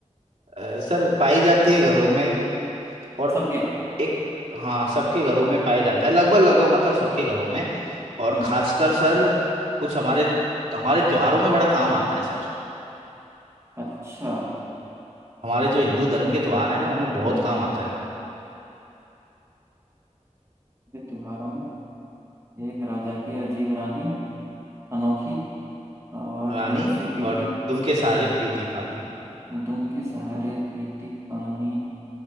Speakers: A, on the right (about 55°); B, on the right (about 20°).
A: अ, सर पाई जाती है घरों में और
B: सबके
A: एक हाँ सबके घरों में पाया जाता है लगभग लगभग मतलब सबके घरों में और
B: हम्म
A: खासकर सर कुछ हमारे हमारे त्योहारों में बड़ा काम आता है सर
B: अच्छा
A: हमारे जो हिंदू धर्म
B: त्योहार
A: के त्योहार है ना उनमें बहुत
B: हम्म
A: काम
B: हम्म,
A: आता है
B: ये त्योहारों में एक राजा की अजीब रानी अनोखी और
A: रानी
B: दुम से पीती
A: और हाँ तुम के सारे पीती पानी
B: दुम के सहारे पीती पानी